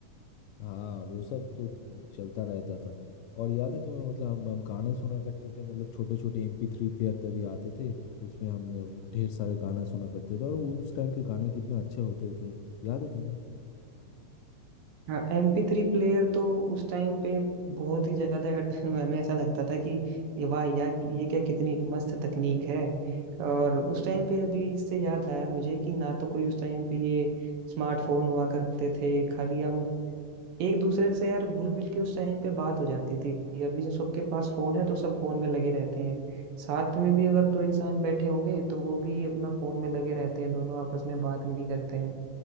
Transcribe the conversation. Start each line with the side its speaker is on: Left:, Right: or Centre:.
Left: हाँ वो सब तो चलता रहता था और याद है तुम्हें मतलब हम हम गाने सुना करते थे मतलब छोटे छोटे एमपी थ्री प्लेयर तभी आते थे उसमें हम अ, ढेर सारे गाना सुना करते थे और उस टाइम के गाने कितना अच्छे होते थे याद है तुम्हें
Right: हाँ एम पी थ्री प्लेयर तो उस टाइम पे बहुत ही ज्यादा <laughs> हमें ऐसा लगता था कि ये वाह यार ये क्या कितनी मस्त तकनीक है और उस टाइम पे अभी इससे याद आया मुझे कि ना तो कोई उस टाइम पे ये स्मार्टफोन हुआ करते थे खाली हम एक दूसरे से यार घुल मिल के उस टाइम पे बात हो जाती थी अभी जब सबके पास फोन है तो सब फोन में लगे रहते हैं साथ में भी अगर दो इंसान बैठे होंगे तो वो भी अपना फोन में लगे रहते हैं दोनों आपस में बात नहीं करते हैं